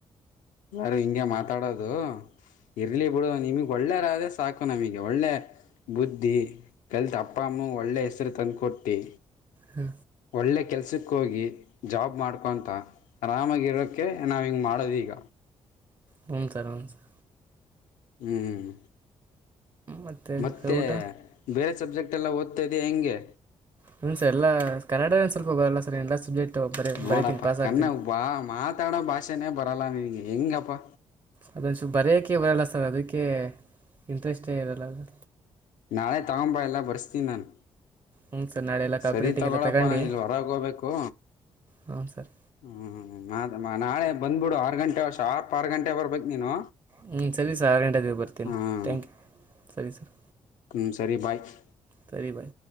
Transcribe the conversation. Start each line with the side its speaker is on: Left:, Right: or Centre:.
Left: ಯಾರು ಹಿಂಗಗೆ ಮಾತಾಡೋದು ಇರ್ಲಿ ಬಿಡು ನಿಮಗ್ ಒಳ್ಳೇರಾದೆ ಸಾಕು ನಮಗೆ ಒಳ್ಳೆ ಬುದ್ಧಿ ಕಲ್ತ್ ಅಪ್ಪಮ್ಮೂ ಒಳ್ಳೆ ಹೆಸರು ತಂದುಕ ಕೊಟ್ಟು
Right: ಹ್ಮ
Left: ಒಳ್ಳೆ ಕೆಲ್ಸಕ್ಕೆ ಹೋಗಿ ಜಾಬ್ ಮಾಡ್ಕೊತ ಆರಾಮಾಗಿರೋಕ್ಕೆ ನಾವು ಹಿಂಗೆ ಮಾಡೋದೀಗ
Right: ಹ ಸರಿ ಹ ಸರಿ
Left: ಹ್ಮ್
Right: ಮತ್ತು
Left: ಮತ್ತೆ
Right: ಸರ್ ಊಟ
Left: ಬೇರೆ ಸಬ್ಜೆಕ್ಟ್ ಎಲ್ಲ ಓದ್ತಾದೆ ಹೆಂಗೆ
Right: ಹ್ಮನ್ ಸರ್ ಎಲ್ಲ ಕನ್ನಡನು ಸ್ವಲ್ಪ ಹೋಗಲ್ಲ ಸರ್ ಎಲ್ಲ ಸಬ್ಜೆಕ್ಟ್ ಬರೀ
Left: ನೋಡಪ್ಪಾ
Right: ಬರಿತೀನಿ ಪಾಸ್
Left: ಕನ್ನಬಾ
Right: ಆಗ್ತೀನಿ
Left: ಮಾತಾಡೋ ಭಾಷೆನೇ ಬರಲ್ಲ ನಿನ್ಗೆ ಹೆಂಗಪ್ಪಾ
Right: ಅದೊಂದುಚು ಬರೆಯಕೆ ಬರಲ್ಲ ಸರ್ ಅದಕ್ಕೆ ಇಂಟ್ರೆಸ್ಟೇ ಇರಲ್ಲ ಅ
Left: ನಾಳೆ ತಗೊಂಬ ಎಲ್ಲ ಬರ್ಸ್ತೀನಿ ನಾನು
Right: ಹ್ಞೂ ಸರ್ ನಾಳೆ ಎಲ್ಲ ಕಾಪಿರೇಟಿಂಗ್
Left: ಸರಿ ತಗೊಳಪ್ಪನ
Right: ಎಲ್ಲ ತಗೊಂಡು
Left: ಇಲ್ ಹೊರಗೋಗಬೇಕು
Right: ಹ್ಞೂ ಸರ್
Left: ಹ್ಮ್ ಅಮ್ಮ ನಾಳೆ ಬಂದು್ಬಿಡು ಆರು ಗಂಟೆ ಶಾರ್ಪ್ ಆರು ಗಂಟೆಗೆ ಬರಬೇಕು ನೀನು
Right: ಹ್ಞೂ ಸರಿ ಸರ್ ಆರು ಗಂಟೆಾದ ಬರ್ತೀನಿ
Left: ಹ್ಮ್
Right: ತ್ಯ್ಯಾಂಕ್ ಯು ಸರಿ ಸರ್
Left: ಸಂಸರಿ ಬಾಯಕ್
Right: ಸರಿ ಭಾಯ್